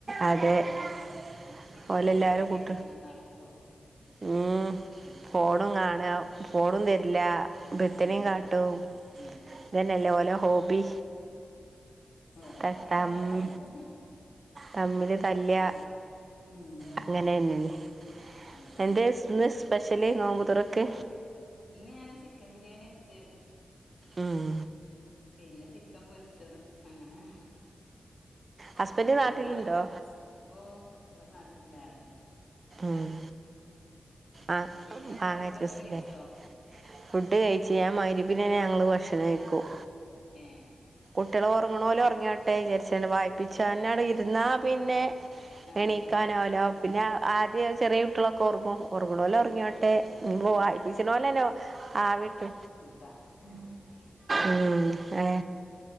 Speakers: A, on the right; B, on the left.
A: അതെ <inaudible>
B: അല്ലെങ്കി ചിറ്റനിം
A: ഓലെല്ലാരുംകൂട്ട്
B: കാട്ടി അങ്ങനെ നടക്കും
A: ഹ്മ്
B: ആ
A: ഫോണും കാണൽ ഫോണും തരില്ല ബിത്തനേംകാട്ടും
B: അതന്നെ ഉം
A: ഇതന്നല്ലേ ഓലെ ഹോബി
B: ഓലപ്രായതാണ്
A: തട്ടം
B: നമ്മള്
A: തമ്മില് തല്ലാ
B: അതാണ് ഉം
A: അങ്ങനെന്നല്ലേ
B: അതന്നെ
A: എന്തെ ഇന്ന് സ്പെഷ്യല് നോമ്പ്തുറക്ക്
B: ഇന്ന് ഞാന് ചിക്കബിരിയാണി വെച്ച്
A: ഉം
B: പിന്നെ ചിക്കം പൊര്ച്ചതും അങ്ങനെ
A: ഹസ്ബൻഡ്
B: ഉണ്ട് പിന്നെ
A: നാട്ടിലുണ്ടോ
B: മാങ്ങജൂസ് ഓ ഇവിടെ നാട്ട് ല്ള്ള ആളെന്നെ
A: ഉം ആ
B: പിന്നെ എന്താ
A: മാങ്ങാജൂസ്
B: ഫുഡൊക്കെ കഴിച്ചോ
A: ലെ ഫുഡ് കഴിച്ച് ഞാ മഹരിപ്നന്നെ ഞങ്ങള് ഭക്ഷണം കഴിക്കും
B: ഏ
A: കുട്യള് ഒർങ്ങ്ണോല് ഒർങ്ങോട്ടെ വിചാരിച്ചാണ്ട് വായിപ്പിച്ചനാണ്ട് ഇര്ന്നാ പിന്നെ
B: ആ
A: എണീക്കാനാവല്ലോ
B: പിന്നെ അവിടെ
A: പിന്നെ ആദ്യ ചെറിയകുട്യളൊക്കെ ഒർങ്ങും ഒർങ്ങ്ണോലൊർങ്ങോട്ടെ
B: ആ
A: ഇ വായിപ്പിച്ച്ണോലെന്നെ
B: ആ
A: ആവിട്ട്
B: ആ <unintelligible>
A: ഉം ഏ